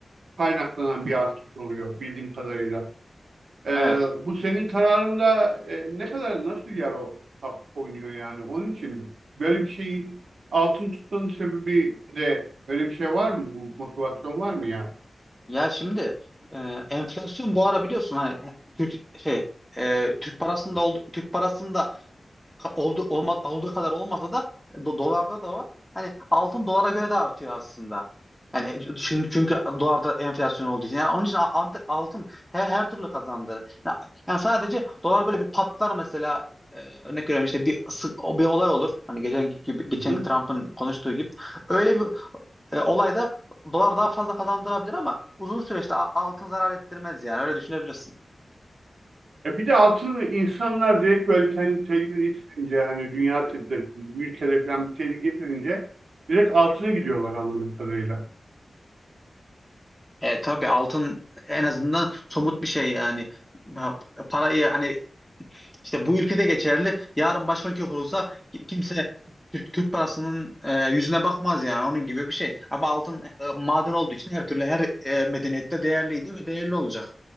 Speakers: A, on the right; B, in the centre.
A: kaynaklanan bir artış oluyor bildiğim kadarıyla. Ee,
B: Evet.
A: bu senin kararında e, ne kadar nasıl yer o tap oynuyor yani? Onun için böyle bir şeyi altın tutmanın sebebi de öyle bir şey var mı? Bu motivasyon var mı yani?
B: Ya şimdi e, enflasyon bu ara biliyorsun hani Türk şey e, Türk parasında oldu, Türk parasında Ka- oldu, olma, olduğu kadar olmasa da do- dolarda da var. Hani altın dolara göre de artıyor aslında. Yani e, çünkü, çünkü dolarda enflasyon olduğu için. Yani onun için a- ant- altın her, her türlü kazandırır. Yani, yani sadece dolar böyle bir patlar mesela e, örnek veriyorum işte bir sık- o bir olay olur. Hani geçen gibi geçen
A: Hı hı.
B: Trump'ın konuştuğu gibi. Öyle bir e, olayda dolar daha fazla kazandırabilir ama uzun süreçte a- altın zarar ettirmez yani öyle düşünebilirsin.
A: E bir de altını insanlar direkt böyle kendi tehlikede getirince hani dünya tıbbı ülkede falan bir tehlike getirince direkt altına gidiyorlar anladığım kadarıyla.
B: E, tabii altın en azından somut bir şey yani Ha, parayı hani işte bu ülkede geçerli yarın başka ülke kurulsa ki- kimse Türk, Türk parasının e, yüzüne bakmaz yani onun gibi bir şey ama altın e, maden olduğu için her türlü her e, medeniyette değerliydi ve değerli olacak.